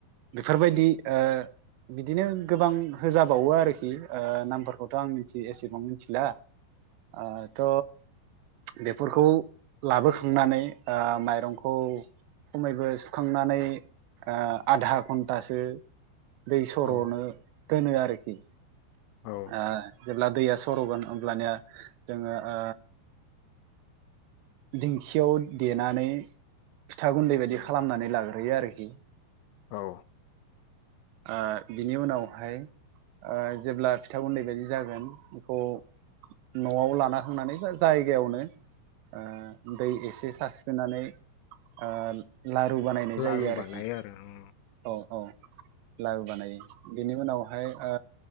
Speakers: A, on the right; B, on the left.
A: बेफोरबायदि ओ बिदिनो गोबां होजाबावो आरोखि ओ नामफोरखौथ' आं मिथि एसेबां मिथिला आथ' बेफोरखौ लाबोखांनानै ओ माइरंखौ खमैबो खांनानै ओ आधा घन्टासो दै सर'नो
B: औ
A: दोनो आरोखि
B: औ
A: ओ जेब्ला दैया सर'गोन होमब्लानिया जोङो ओ दिंखियाव देनानै फिथा गुन्दै बायदि हो खालामनानै लाग्रोयो आरोखि
B: औ
A: ओ बिनि उनावहाय ओ जेब्ला फिथा उन्दै बायदि जागोन बेखौ न'आव लाना थांनानै बा जायगायावनो ओ दै एसे सारस्रिनानै ओ लारु बानायनाय
B: लारु
A: जायो आरोखि
B: बानायो आरो उम
A: औ लारु बानायो बेनि उनावहाय ओ